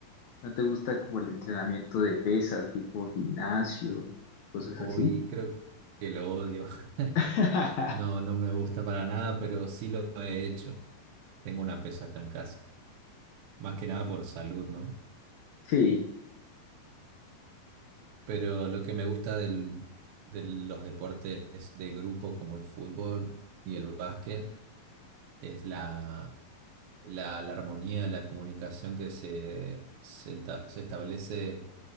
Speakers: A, on the left; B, on the right.
A: no te gusta como el entrenamiento de pesas, tipo gimnasio, cosas
B: hoy
A: así?
B: creo que lo odio. <laughs>
A: <laughs>
B: No, no me gusta para nada, pero sí lo he hecho. Tengo una pesa acá en casa, más que nada por salud, ¿no?
A: Sí,
B: Pero lo que me gusta del, de los deportes de grupo como el fútbol y el básquet es la la, la armonía, la comunicación que se, se, enta- se establece